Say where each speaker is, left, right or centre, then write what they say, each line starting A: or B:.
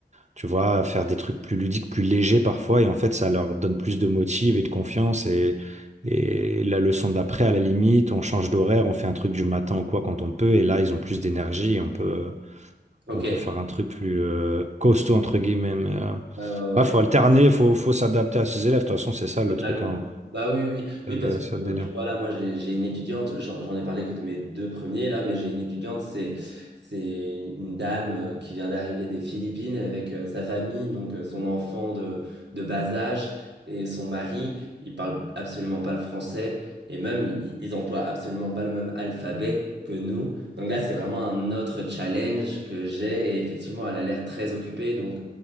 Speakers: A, on the right; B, on the right.
A: tu vois, faire des trucs plus ludiques, plus légers parfois, et en fait, ça leur donne plus de motive et de confiance, et, et la leçon d'après, à la limite, on change d'horaire, on fait un truc du matin ou quoi quand on peut, et là, ils ont plus d'énergie, et on peut,
B: Ok.
A: on peut
B: Ouais,
A: faire un truc plus euh, costaud, entre guillemets, mais... euh,
B: ouais, ouais.
A: Ouais, faut alterner, faut, faut s'adapter à ses élèves. De toute façon, c'est ça le
B: Totalement.
A: truc, hein.
B: Bah oui, oui, oui, Oui,
A: C'est Le,
B: parce que
A: c'est le délire.
B: euh, tu vois, là, moi, j'ai j'ai une étudiante, j'en j'en ai parlé que de mes deux premiers, là, mais j'ai une étudiante, c'est c'est une dame euh, qui vient d'arriver des Philippines avec euh, sa famille, donc euh, son enfant de, de bas âge et son mari, ils parlent absolument pas le français et même, ils, ils emploient absolument pas le même alphabet que nous. Donc là, c'est vraiment un autre challenge que j'ai et effectivement, elle a l'air très occupée, donc.